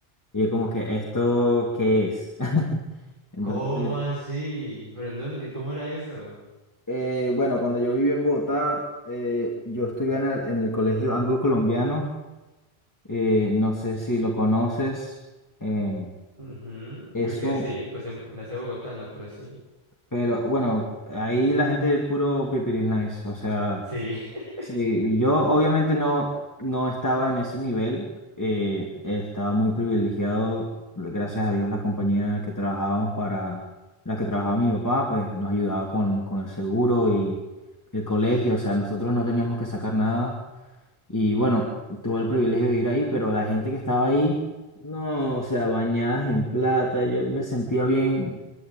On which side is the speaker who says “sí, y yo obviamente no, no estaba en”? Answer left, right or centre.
Left